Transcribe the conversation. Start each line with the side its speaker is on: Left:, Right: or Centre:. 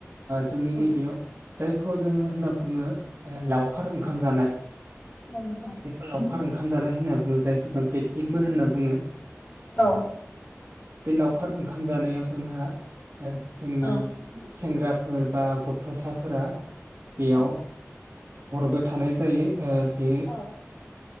Right: जोंनि
Left: औ
Right: नैबेयाव जायखौ जोङो होनना बुङो लावखार ओंखाम
Left: औ
Right: जानाय
Left: औ नोंथां
Right: लावखार ओंखाम जानाय होनना बुङो जायखौ जों पेकनिकबो होनना बुङो
Left: औ
Right: बे लावखार ओंखाम जानायाव जोंहा जोंनि
Left: औ
Right: सेंग्रा फोर बा गथ'सा फोरा बेयाव
Left: औ
Right: हरबो थानाय जायो बे
Left: औ